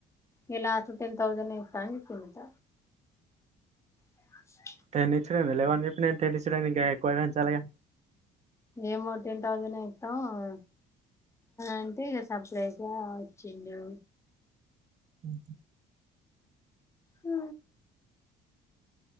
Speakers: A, on the left; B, on the right.
A: ఇగ లాస్ట్ టెన్ తౌసంనే ఇస్తా అని చెప్పిందట అ
B: టెన్ యిచ్చిండేది లీవెన్ చెప్పి నేన్ టెన్ ఇచ్చుడెంది ఇంకా ఎక్కువ చాలక
A: ఏమో టెన్ తౌసంనే ఇత్తం అ అంటే ఇక సప్డగా వచ్చిండు.
B: హ్
A: ఆ